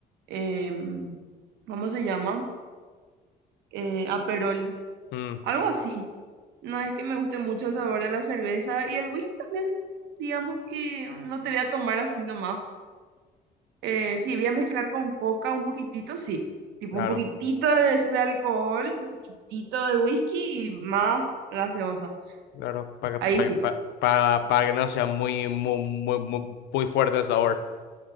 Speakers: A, on the right; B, on the left.
A: em, ¿cómo se llama? Eh, Aperol,
B: mm,
A: algo así. No es que me guste mucho el sabor de la cerveza y el whisky también, digamos que no te voy a tomar así nomás. Eh, sí, voy a mezclar con coca un poquitito, sí. Tipo
B: claro,
A: un poquitito de, de alcohol, un poquitito de whisky y más gaseosa.
B: claro. Para
A: Ahí
B: que,
A: sí,
B: para, para, para que no sea muy, muy, muy, muy muy fuerte el sabor.